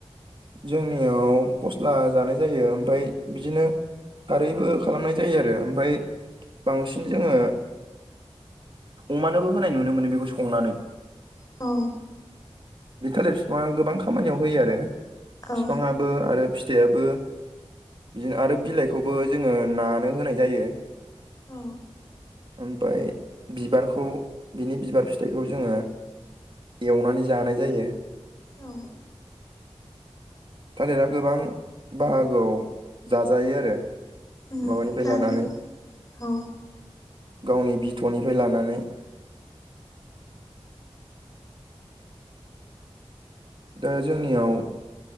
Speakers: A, on the right; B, on the left.
A: जोंनियाव फस्ला जानाय जायो ओमफ्राय बिदिनो खारैबो खालामनाय जायो आरो ओमफ्राय बांसिन जोङो अमानोबो होनाय नुनो मोनो बेखौ संनानै
B: औ।
A: बि थालिर बिफाङा गोबां खामानियाव होयो आरो
B: औ
A: बिफाङाबो आरो फि थाइआबो। बिदिनो आरो बिलाइखौबो जोङो नानो होनाय जायो।
B: औ
A: ओमफाय बिबारखौ बिनि बिबार फिथाइखौ जोङो। एवनानै जानाय जायो।
B: औ।
A: थालिरा गोबां बाहागोआव जाजायो आरो
B: औ
A: माबानिफ्राय
B: जाजोब
A: लानानै
B: औ
A: गावनि बिथ'निफ्राय लानानै, दा जोंनियाव